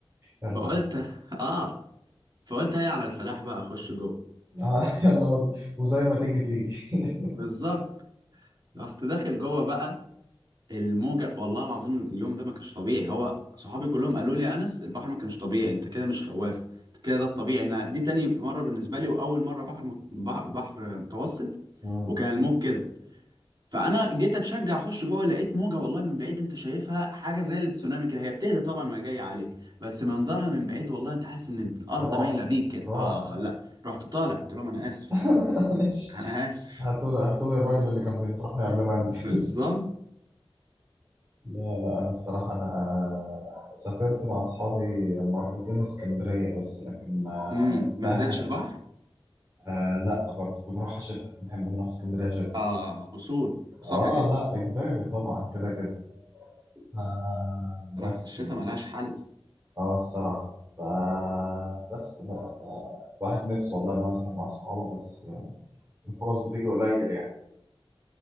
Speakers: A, on the right (about 25°); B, on the right (about 45°).
A: يلا
B: فقلت <laughs> اه فقلت هي على الفلاح بقى اخش جوه
A: آه. يلا وال- وزي ما تيجي تيجي <laughs>
B: بالظبط رحت داخل جوه بقى الموجة والله العظيم اليوم ده ما كانش طبيعي هو صحابي كلهم قالوا لي يا أنس البحر ما كانش طبيعي أنت كده مش خواف أنت كده ده الطبيعي إن دي تاني مرة بالنسبة لي وأول مرة بحر مت... بح- بحر متوسط
A: مم.
B: وكان الموج كده فأنا جيت أتشجع أخش جوه لقيت موجة والله من بعيد أنت شايفها حاجة زي التسونامي كده هي بتهدى طبعا وهي جاية عليك بس منظرها من بعيد والله أنت حاسس إن الأرض
A: رعب
B: مايلة بيك كده
A: رعب
B: آه لا رحت طالع قلت لهم أنا آسف
A: <laughs> معلش
B: أنا آسف
A: هاتولي هاتولي الراجل اللي كان بينصحني قبل ما
B: <laughs>
A: انزل
B: بالظبط
A: لا لا أنا الصراحة أنا سافرت مع أصحابي مرتين اسكندرية بس لكن آه،
B: امم
A: ساحل
B: ما نزلتش البحر
A: آه لا برضه بنروحها شتاء بنحب نروح اسكندرية شتاء
B: آه أصول
A: آه
B: صح كده
A: لا إجباري طبعا كده كده آه
B: الصراحة
A: بس
B: في الشتاء ملهاش حل
A: آه الصراحة فبس بقى ف- الواحد نفسه والله إن هو يسافر مع صحابه بس آه، الفرص بتيجي قليل يعني